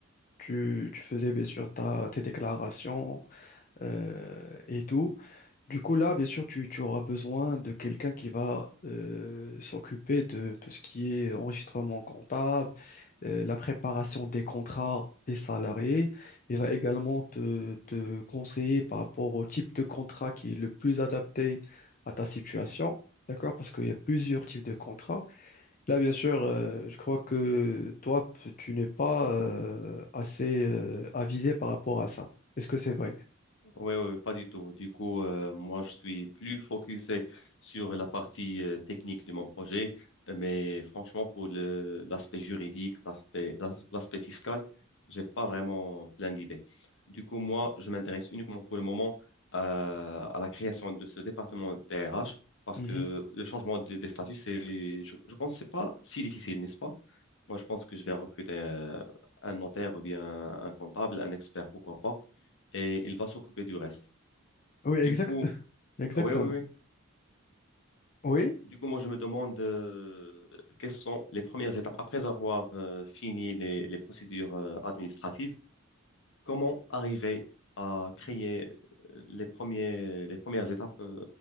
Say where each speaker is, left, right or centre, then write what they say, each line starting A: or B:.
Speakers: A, on the left; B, on the left.
A: Tu, tu faisais bien sûr ta, tes déclarations euh, et tout. Du coup, là, bien sûr, tu, tu auras besoin de quelqu'un qui va euh, s'occuper de tout ce qui est enregistrement comptable, euh, la préparation des contrats des salariés. Il va également te, te conseiller par rapport au type de contrat qui est le plus adapté à ta situation. D'accord? Parce qu'il y a plusieurs types de contrats. Là, bien sûr, euh, je crois que toi, p- tu n'es pas euh, assez euh, avisé par rapport à ça. Est-ce que c'est vrai?
B: Oui, oui, pas du tout. Du coup, euh, moi, je suis plus focusé sur la partie euh, technique de mon projet, Euh, mais franchement, pour le, l'aspect juridique, l'aspect, l'as- l'aspect fiscal, j'ai pas vraiment plein d'idées. Du coup, moi, je m'intéresse uniquement pour le moment euh, à la création de ce département TRH parce
A: Mhm.
B: que le changement de- des statuts, c'est, je, je pense, que c'est pas si difficile, n'est-ce pas? Moi, je pense que je vais recruter euh, un notaire ou bien un comptable, un expert, pourquoi pas, et il va s'occuper du reste.
A: Oui,
B: Du
A: exact,
B: coup,
A: <laughs> exactement.
B: ah oui, oui, oui.
A: Oui,
B: Du coup, moi, je me demande euh, quelles sont les premières étapes après avoir euh, fini les, les procédures euh, administratives. Comment arriver à créer euh, les premiers, les premières étapes euh,